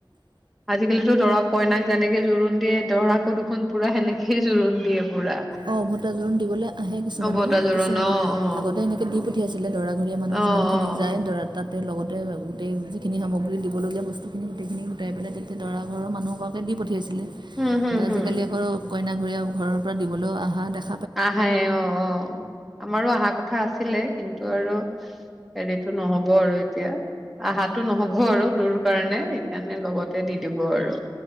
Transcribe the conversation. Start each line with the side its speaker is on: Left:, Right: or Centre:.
Centre: আজিকালিটো দৰা কইনাক যেনেকে জোৰোণ দিয়ে দৰাক্। কো দেখোন পুৰা সেনেকেই জোৰোণ দিয়ে। পুৰা
Right: অ উভটা জোৰণ দিবলৈ আহে কিছুমানে,
Centre: অ বতা জোৰোণ
Right: কিছু
Centre: অ অ
Right: আগতে এনেকে দি
Centre: অ
Right: পঠিয়াইছিলে দৰাঘৰীয়া মানুহ
Centre: অ
Right: যিমান খিনি
Centre: অ
Right: যায় দৰা তাতে লগত। গট গোটেইখিনি সামগ্ৰী দিবলগীয়া স্তুখিনি গোটেইখিনি গোটাই পেলাই তেটিয়া দৰা ঘৰৰ মানুহগৰাকে দি পঠিয়াইছে। ছিলে
Centre: হম হম
Right: কিন্তু
Centre: হম
Right: আজিকালি আকৌ। কইনা ঘৰীয়া ঘৰৰ পৰা দিব। হেলল' আহা দেখ।
Centre: আহে অ অ আমাৰো আহা কথা আছিলে। কিন্তু আৰু হেৰিটো নহব আৰু এতিয়া। আহাটো নহব আৰু দূৰ কাৰণে সেইকাৰণে লগতে দি দিব আৰু।